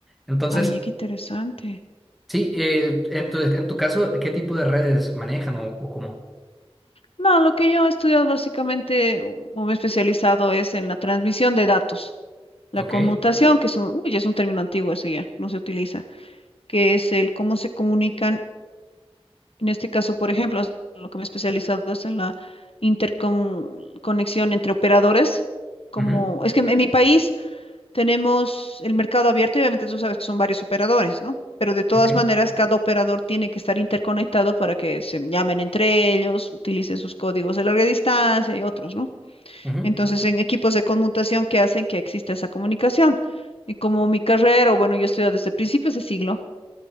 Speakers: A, in the centre; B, on the left.
A: Entonces...
B: Ay, qué interesante.
A: Sí, eh, en tu, en tu caso, ¿qué tipo de redes manejan o, o cómo?
B: No, lo que yo he estudiado básicamente o o me he especializado es en la transmisión de datos. La
A: Ok,
B: conmutación, que es un, uy, es un término antiguo ese ya, no se utiliza, que es el cómo se comunican, en este caso, por ejemplo, s- lo que me he especializado es en la interconexión entre operadores, como,
A: ujú,
B: es que en mi país Tenemos el mercado abierto y obviamente tú sabes que son varios operadores, ¿no? Pero de todas
A: ok,
B: maneras, cada operador tiene que estar interconectado para que se llamen entre ellos, utilicen sus códigos de larga distancia y otros, ¿no?
A: ujú,
B: Entonces, en equipos de conmutación que hacen que exista esa comunicación. Y como mi carrera, o bueno, yo he estudiado desde principios de siglo,